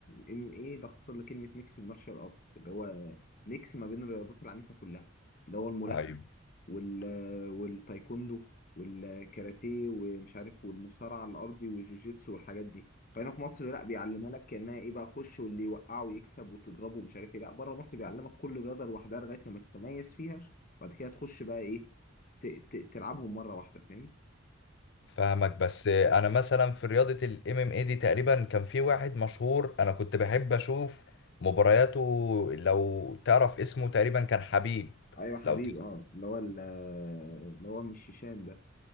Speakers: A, on the left; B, on the left.
A: ام ايه ده اختصار لكلمه ميكس المارشال ارتس اللي هو ميكس ما بين الرياضات العنيفه كلها اللي هو الملاكمه
B: ايوه
A: وال والتايكوندو والكاراتيه ومش عارف والمصارعه الارضي والجوجيتسو والحاجات دي فهنا في مصر لا بيعلمها لك كانها ايه بقى خش واللي يوقعه ويكسب وتضربه ومش عارف ايه لا بره مصر بيعلمك كل رياضه لوحدها لغايه لما تتميز فيها وبعد كده تخش بقى ايه ت- ت- تلعبهم مره واحده فاهم
B: فاهمك بس انا مثلا في رياضة الام ام اي دي تقريبا كان في واحد مشهور انا كنت بحب اشوف مبارياته لو تعرف اسمه تقريبا كان حبيب
A: ايوه حبيب
B: لو ت-
A: اه اللي هو ال- اللي هو مش شيشان ده